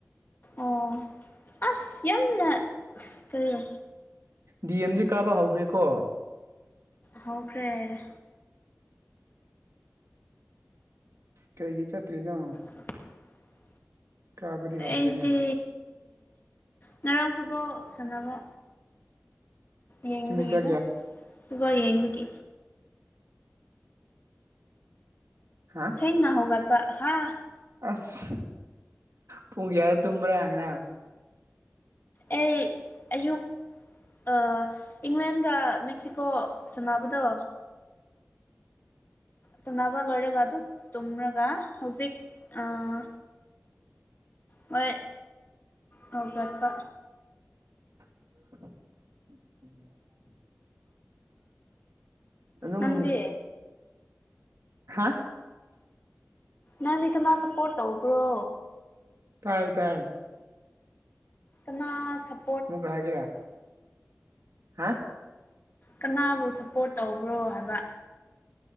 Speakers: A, on the left; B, on the right.
A: ꯑꯥ ꯑꯁ ꯌꯥꯝꯅ ꯀꯔꯤꯔꯥ꯫
B: ꯗꯤ ꯑꯦꯝꯗꯤ ꯀꯥꯕ ꯍꯧꯈ꯭ꯔꯦꯀꯣ꯫
A: ꯍꯧꯈ꯭ꯔꯦ꯫
B: ꯀꯩꯒꯤ ꯆꯠꯇ꯭ꯔꯤꯅꯣ꯫
A: <inaudible>
B: ꯀꯥꯕꯗꯤ ꯍꯧꯈ꯭ꯔꯦꯅꯦ
A: ꯑꯩꯗꯤ ꯉꯔꯥꯡ ꯐꯨꯠꯕꯣꯜ ꯁꯥꯟꯅꯕ꯫ ꯌꯦꯡꯕꯒꯤꯀꯣ
B: ꯁꯤꯃꯤꯁꯇꯔ ꯀꯌꯥ
A: ꯐꯨꯕꯣꯜ ꯌꯦꯡꯕꯒꯤ꯫
B: ꯍꯥꯥ꯫
A: ꯏꯪꯅ ꯍꯧꯒꯠꯄ ꯍꯥ꯫
B: ꯑꯁ ꯄꯨꯡ ꯀꯌꯥ ꯇꯨꯝꯕ꯭ꯔꯥ ꯉꯔꯥꯡ
A: ꯑꯩ ꯑꯌꯨꯛ__ ꯑꯥ ꯏꯪꯂꯦꯟꯒ ꯃꯦꯛꯁꯤꯀꯣ ꯁꯥꯟꯅꯕꯗꯣ__ ꯁꯥꯟꯅꯕ ꯂꯣꯏꯔꯒ ꯑꯗꯨ ꯇꯨꯝꯔꯒ ꯍꯧꯖꯤꯛ ꯑꯥ__ ꯍꯣꯏ ꯍꯩꯒꯠꯄ__
B: <inaudible> ꯑꯗꯨꯝ__
A: ꯅꯪꯗꯤ
B: ꯍꯥ꯫
A: ꯅꯪꯗꯤ ꯀꯅꯥ ꯁꯞꯄꯣꯔꯠ ꯇꯧꯕ꯭ꯔꯣ꯫
B: ꯀꯥꯏ ꯇꯥꯏ
A: ꯀꯅꯥ ꯁꯞ
B: ꯃꯨꯛꯀ ꯍꯥꯏꯒꯦꯔꯥ ꯍꯥ꯫
A: ꯀꯅꯥꯕꯨ ꯁꯞꯄꯣꯔꯠ ꯇꯧꯕ꯭ꯔꯣ ꯍꯥꯏꯕ꯫